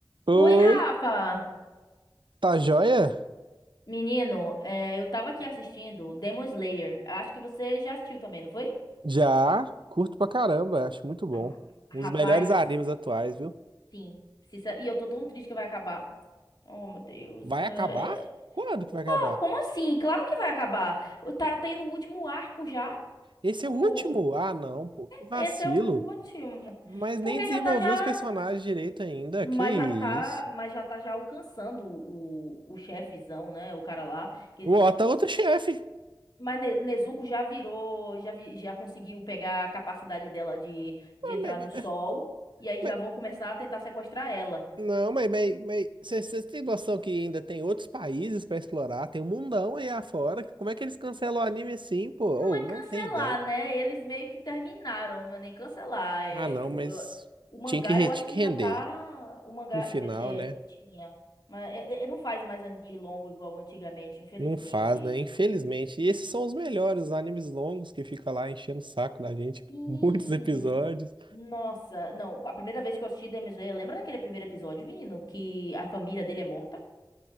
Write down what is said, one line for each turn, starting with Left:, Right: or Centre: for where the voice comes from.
Right: Oi,
Left: Oi, Rafa!
Right: tá joia?
Left: Menino, é, eu tava aqui assistindo Demon Slayer. Acho que você já assistiu também, não foi?
Right: Já, curto pra caramba, acho muito bom.
Left: Ah,
Right: Um dos
Left: Rapaz,
Right: melhores animes atuais, viu?
Left: sim. Sincer- E eu tô tão triste que vai acabar. Oh, meu Deus.
Right: Vai
Left: É,
Right: acabar? Quando que vai acabar?
Left: pá, Como assim? Claro que vai acabar. Tá tendo o último arco já.
Right: Esse
Left: O...
Right: é o último? Ah, não, pô, que vacilo.
Left: Esse é o último.
Right: Mas nem
Left: Porque
Right: desenvolveu
Left: já tá já.
Right: os personagens direito ainda,
Left: Mas
Right: que isso.
Left: já tá, mas já tá já alcançando o, o chefezão, né? O cara lá, que
Right: O Ota é outro chefe.
Left: Mas Ne- Nezuko já virou, já, vi- já conseguiu pegar a capacidade dela de, de
Right: Ah,
Left: entrar
Right: Mas- mas-
Left: no sol. E aí
Right: mas-
Left: já vão começar a tentar sequestrar ela.
Right: Não, mas vocês têm noção que ainda tem outros países pra explorar? Tem um mundão aí afora. Como é que eles cancelam o anime assim, pô? Ou
Left: Não é
Right: não
Left: cancelar,
Right: tem ideia.
Left: né? Eles meio que terminaram, não é nem cancelar. É,
Right: Ah, não,
Left: eu-
Right: mas
Left: eu- o mangá
Right: tinha que, re-
Left: eu
Right: tinha
Left: acho
Right: que
Left: que já
Right: render.
Left: tá. O mangá,
Right: no final,
Left: infeliz, é,
Right: né?
Left: tinha. Mas é- é- não faz mais anime longo igual antigamente, infelizmente.
Right: Não faz, né? Infelizmente. E esses são os melhores, os animes longos que fica lá enchendo o saco da gente.
Left: Sim.
Right: <laughs> Muitos episódios.
Left: Nossa, não, a primeira vez que eu assisti Demon Slayer, lembra daquele primeiro episódio, menino, que a família dele é morta?